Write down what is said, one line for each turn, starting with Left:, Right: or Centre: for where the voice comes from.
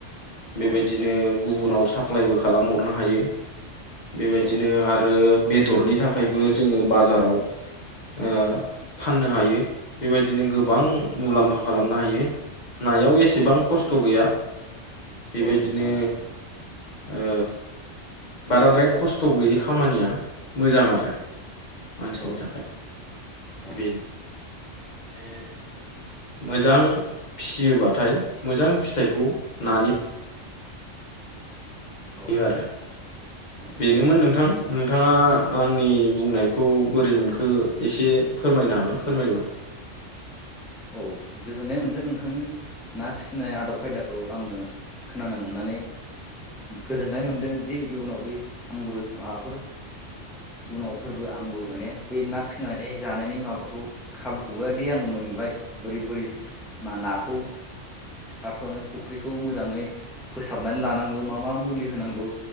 Left: बेबायदिनो
Centre: औ
Left: गुबुनाव साप्लायबो खालामहरनो हायो बेबायदिनो
Centre: औ
Left: आरो बेदरनि थाखायबो जोङो बाजाराव ओ फाननो हायो। बेबायदिनो गोबां
Centre: औ
Left: मुलाम्फा खालामनो हायो। नायाव एसेबां
Centre: औ नंगौ
Left: खस्थ'
Centre: नंगौ
Left: गैया बेबायदिनो
Centre: औ नंगौ नंगौ
Left: ओ बाराद्राय खस्थ' गैयै खामानिया मोजां आरो मानसिनि
Centre: औ
Left: थाखाय
Centre: औ
Left: बेनो माने मोजां फियोबाथाय मोजां फिथाइखौ नानि
Centre: औ
Left: बे आरो
Centre: औ
Left: बेनोमोन नोंथां नोंथाङा आंनि बुंनायखौ बोरै मोनखो एसे फोरमायनो हागोन फोरमायोबा <inaudible>
Centre: औ गोजोननाय मोन्दों नोंथांनि ना फिसिनाय आदब खायदाखौ आङो खोनानो मोनना नै गोजोन्नाय मोनदों दि इयुनाव बे आंबो माबाफोर उनावफोरबो आंबो माने बे ना फिसिनानै जानायनि माबाखौ खाबुखौबोदि आङो मोनबाय बोरै बोरै मा नाखौ फार्स्टआवनो फुख्रिखौ मोजाङै फोसाबनानै लानांगौ मा मा मुलि होनांगौ